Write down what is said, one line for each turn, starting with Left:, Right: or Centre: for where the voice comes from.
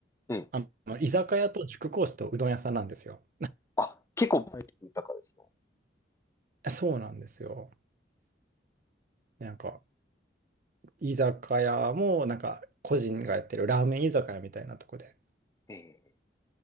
Left: うん。
Right: あの、居酒屋と塾講師とうどん屋さんなんですよ。
Left: あ、結構豊かですね。
Right: そうなんですよ。なんか、居酒屋も、なんか、個人がやってるラーメン居酒屋みたいなとこで、
Left: え